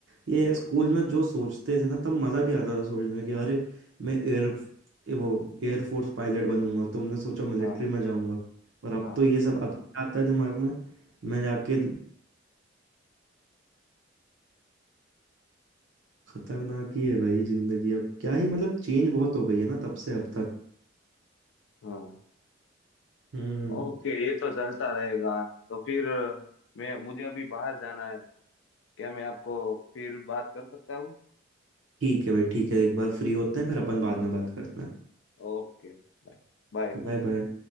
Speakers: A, on the right; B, on the left.
A: ये स्कूल में जो सोचते थे ना तब मज़ा भी आता था सोचने में कि अरे मैं एयर वो एयरफोर्स पायलट बनूंगा तुमने सोचा मिलिट्री
B: हाँ
A: में जाऊंगा और अब
B: हाँ
A: तो ये सब अब क्या आता है दिमाग में मैं जाके खतरनाक ही है भाई ज़िंदगी अब क्या ही मतलब चेंज बहुत हो गई है ना तब से अब तक
B: हाँ
A: हम्म
B: ओके ये तो चलता रहेगा तो फिर मैं मुझे अभी बाहर जाना है क्या मैं आपको फिर बात कर सकता हूँ
A: ठीक है भाई ठीक है एक बार फ्री होते हैं फिर अपन बाद में बात करते हैं
B: ओके Bye bye bye
A: Bye bye